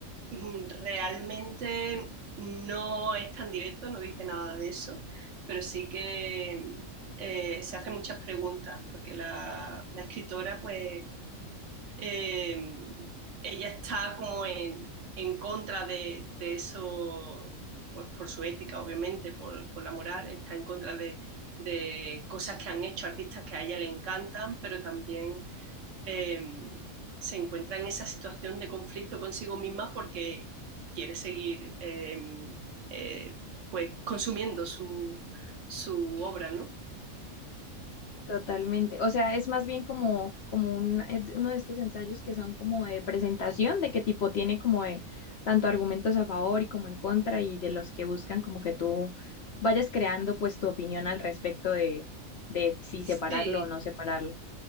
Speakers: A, on the right; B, on the left.
A: Mm, Realmente no es tan directo, no dice nada de eso, pero sí que eh, se hace muchas preguntas, porque la, la escritora, pues, eh, ella está como en, en contra de, de eso, pues por su ética, obviamente, por, por la moral, está en contra de, de cosas que han hecho artistas que a ella le encantan, pero también eh, se encuentra en esa situación de conflicto consigo misma porque quiere seguir eh, eh, pues consumiendo su, su obra, ¿no?
B: Totalmente. O sea, es más bien como, como un, eh, uno de estos ensayos que son como de presentación, de qué tipo tiene como de tanto argumentos a favor y como en contra, y de los que buscan como que tú vayas creando pues tu opinión al respecto de, de si
A: Sí,
B: separarlo o no separarlo.